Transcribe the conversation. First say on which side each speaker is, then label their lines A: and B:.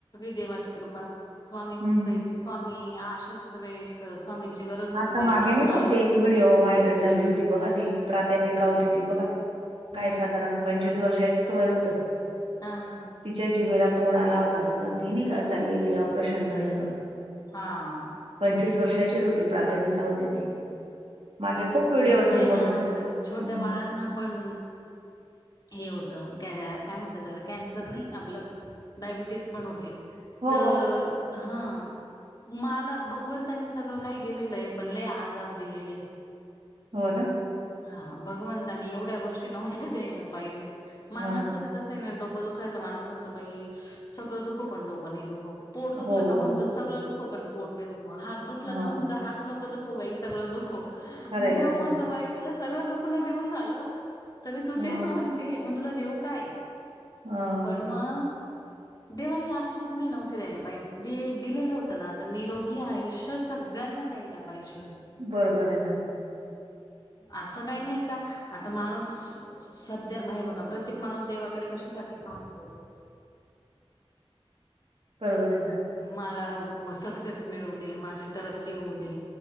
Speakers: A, on the left; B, on the right.
A: देवाची कृपा स्वामी
B: हं.
A: भक्त य स्वामी आशाच वेस. स्वामींची गरज होती
B: आता
A: ते
B: मागे
A: धावून
B: नाही का
A: आले.
B: होती एक व्हिडिओ व्हायरल झाली होती बघा त प्राध्यापिका होती ती बघा
A: हम्म.
B: काय साधारण. पंचवीस वर्षाचीच वय होत.
A: हा हा.
B: तिच्या जिवेेला फोड आला होता तर तिने चालली गेली ऑपरेशन झालं तर.
A: हा.
B: पंचवीस वर्षाचीच होती प्राध्यापिका होती ती मागे खूप. व्हिडिओ
A: कस
B: होती
A: आहे
B: मोठी
A: ना छोट्या
B: हं.
A: बाळांना पण. हे होत काय म्हणत त्याला कॅन्सर नाही आपलं डायबिटीज पण होते.
B: हो,
A: तर हा. मला भगवंतानी सगळं काही दिलेलं आहे म्हणले आजार दिलेले.
B: हो ना.
A: हा भगवतानी एवढ्या गोष्टी नव्हत्या द्यायला पाहिजे माणसच
B: हां.
A: क. नाही डोकं दुखलंता माणस म्हणतं बाई सगळं दुखव पण डोक नाही दुखव. पोट दुखलं
B: हो,
A: का म्हणतो
B: हो.
A: सगळं दुखो पण पोट नाही दुखो हात दुखलं
B: हां,
A: तर म्हणत हात. नको नको दुखो बाई सगळं दुखो
B: खरंय,
A: देऊं
B: खरंय.
A: म्हणतं बाई तुलां सगळं दुखणं देऊंन झालं तरी तूं
B: हो,
A: तेचं म्हणते मंग तुलां देऊं कायं
B: हां,
A: पणं मंग देवांनी असे दुःख नाहीं नव्हती द्यायलां पाहिजे दिलेलं होतं नां आंता निरोगी आयुंष्य सगळ्यांना द्यायलांज पाहिजे होते
B: बरोंबर आहे नां
A: असं कांहीं नाहीं कां आंता माणूंस संध्या हे बघां प्रत्येक माणूंस देवांकडे कशांसाठी पाहतो
B: बरोबर आहे नां
A: मलां सक्सेस मिळूं दे माझी तरक्की होऊं दे